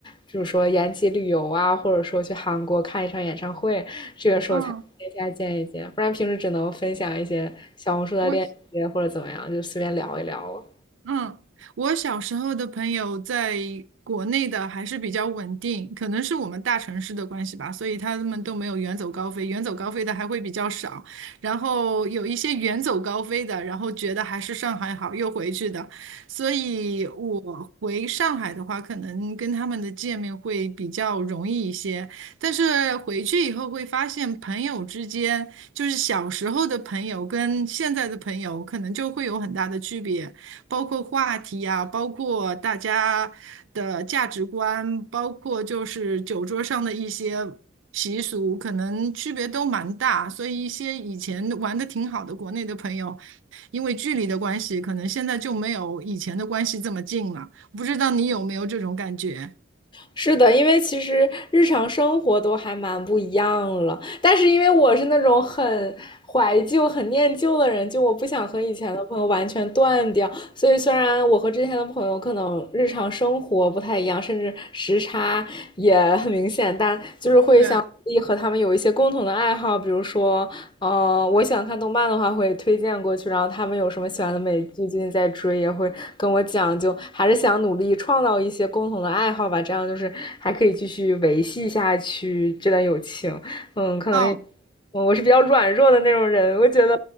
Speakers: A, on the left; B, on the right.
A: 就是说延吉旅游啊，或者说去韩国看一场演唱会，这个时候才线下见一见，
B: 嗯，
A: 不然平时只能分享一些小红书的链接或者怎么样，
B: 我
A: 就随便聊一聊了。
B: 嗯，我小时候的朋友在国内的还是比较稳定，可能是我们大城市的关系吧，所以他们都没有远走高飞，远走高飞的还会比较少。然后有一些远走高飞的，然后觉得还是上海好，又回去的。所以我回上海的话，可能跟他们的见面会比较容易一些。但是回去以后会发现，朋友之间就是小时候的朋友跟现在的朋友，可能就会有很大的区别，包括话题啊，包括大家的价值观，包括就是酒桌上的一些习俗，可能区别都蛮大。所以一些以前玩的挺好的国内的朋友，因为距离的关系，可能现在就没有以前的关系这么近了。不知道你有没有这种感觉？
A: 是的，因为其实日常生活都还蛮不一样了，但是因为我是那种很怀旧、很念旧的人，就我不想和以前的朋友完全断掉，所以虽然我和之前的朋友可能日常生活不太一样，甚至时差也很明显，但就是会想。
B: 对，
A: 和他们有一些共同的爱好，比如说嗯，我想看动漫的话，会推荐过去，然后他们有什么喜欢的美剧，最近在追，也会跟我讲，就还是想努力创造一些共同的爱好吧，这样就是还可以继续维系下去这段友情。嗯，可能也
B: 嗯。
A: 嗯，我是比较软弱的那种人，我觉得，